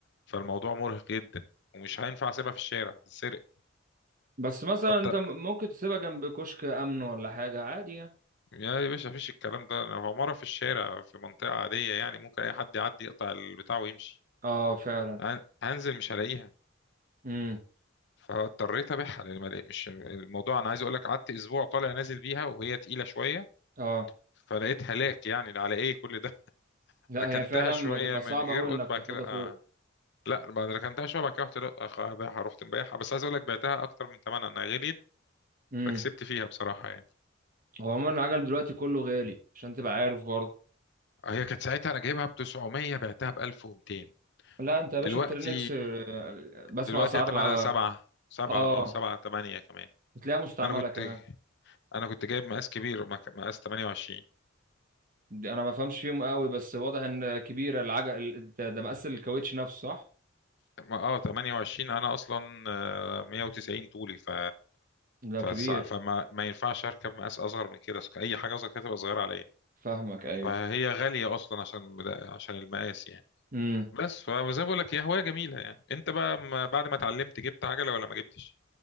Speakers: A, on the left (about 60°); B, on the right (about 45°).
A: فالموضوع مرهق جدا ومش هينفع اسيبها في الشارع تتسرق
B: بس مثلا
A: حتى
B: انت م- ممكن تسيبها جنب كشك امن ولا حاجة عادي يعني
A: يا باشا مفيش الكلام ده انا مره في الشارع في منطقه عاديه يعني ممكن اي حد يعدي يقطع البتاع ويمشي
B: اه فعلا
A: هن- هنزل مش هلاقيها
B: امم
A: فاضطريت ابيعها لان ما لقيت- مش الموضوع انا عايز اقول لك قعدت اسبوع طالع نازل بيها وهي تقيله شويه
B: اه
A: فلقيت هلاك يعني على ايه كل ده <laughs>
B: لا
A: ركنتها
B: هي فعلا
A: شويه
B: بتبقى
A: من
B: صعبة
A: غير
B: قوي
A: قلت
B: انك
A: بعد
B: تاخدها
A: كده آه
B: فوق
A: لا بعد ما ركنتها شويه بعد كده رحت أخ- ابيعها رحت مبيعها بس عايز اقول لك بعتها اكتر من ثمنها انها غليت
B: امم
A: فكسبت فيها بصراحه يعني
B: هو عموما العجل دلوقتي كله غالي عشان تبقى عارف برضه
A: هي كانت ساعتها انا جايبها ب 900 بعتها ب 1200
B: لا انت يا
A: دلوقتي
B: باشا الترينكس آه، بسمع
A: دلوقتي
B: اسعار
A: هي ثمنها
B: الع-
A: 7 7
B: اه
A: اه 7 8 كمان
B: وتلاقيها مستعملة
A: انا كنت
B: كمان
A: انا كنت جايب مقاس كبير مك- مقاس 28
B: دي انا ما فهمش فيهم قوي بس واضح ان كبيره العجل ال- ده, ده مقاس الكاوتش نفسه صح
A: ما- اه 28 انا اصلا آه، 190 طولي ف
B: ده كبير
A: فص- فما ما ينفعش اركب مقاس اصغر من كده اي حاجه اصغر كده تبقى صغيره عليا
B: فاهمك ايوه
A: فهي غالية أصلا عشان عشان المقاس يعني
B: امم
A: بس فزي ما بقول لك هي هواية جميلة يعني أنت بقى ما بعد ما اتعلمت جبت عجلة ولا ما جبتش؟